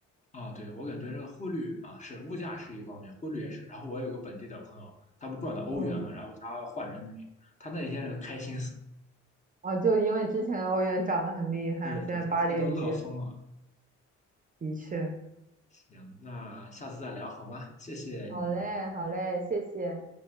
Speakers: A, on the left; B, on the right.
A: 啊，对，我感觉这个汇率啊，是物价是一方面，汇率也是。然后我有个本地的朋友，他不赚的欧元嘛，
B: 嗯。
A: 然后他换人民币，他那一天就开心死了。
B: 啊，就因为之前欧元涨得很厉害，
A: 对对，
B: 现在八点几，
A: 他他都乐疯了。
B: 的确。
A: 行，那下次再聊好吗？谢谢你。
B: 好嘞，好嘞，谢谢。